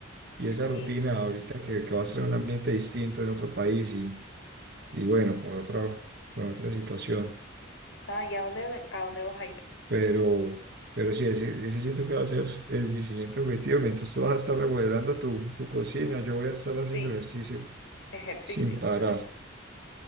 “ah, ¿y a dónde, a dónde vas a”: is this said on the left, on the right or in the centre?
Left